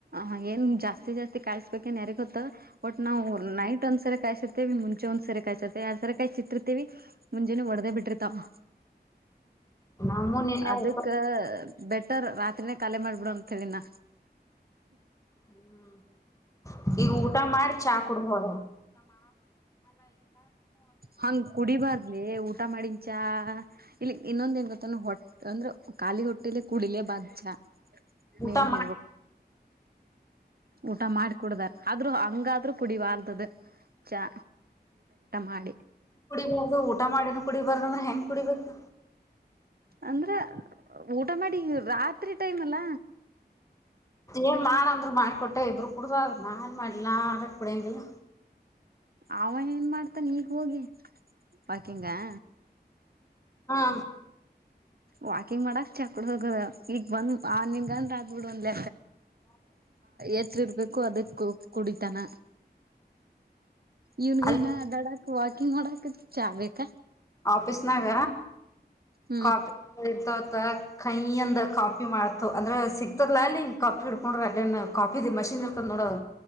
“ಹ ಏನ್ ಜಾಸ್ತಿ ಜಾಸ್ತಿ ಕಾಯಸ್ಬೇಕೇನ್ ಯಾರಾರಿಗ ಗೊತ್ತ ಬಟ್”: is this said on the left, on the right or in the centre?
Right